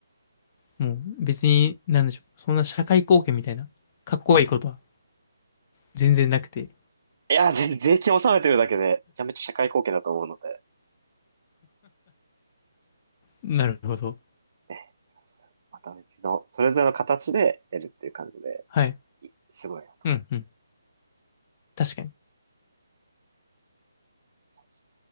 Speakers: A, on the left; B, on the right.
A: もう別に、なんでしょう。そんな社会貢献みたいな、かっこいいことは全然なくて。
B: いや、全税金納めてるだけで、めちゃめちゃ社会貢献だと思うので、
A: なるほど。
B: ね、また別の、それぞれの形でやるっていう感じで、
A: はい。
B: いすごいなと思
A: うん、うん。確かに。
B: います。